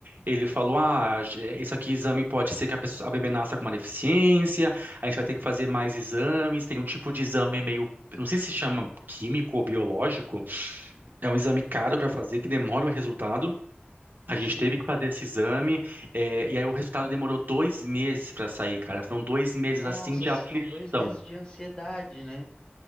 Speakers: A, on the right; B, on the left.
A: ele falou: ah, isso aqui, exame pode ser que a pessoa, a bebê nasça com uma deficiência, a gente vai ter que fazer mais exames. Tem um tipo de exame meio, eu não sei se chama químico ou biológico, é um exame caro para fazer, que demora o resultado. A
B: Sim.
A: gente teve que fazer esse exame, eh, e aí o resultado demorou dois meses para sair, cara. Foram dois meses
B: Nossa,
A: assim de
B: são
A: aflição.
B: dois meses de ansiedade, né?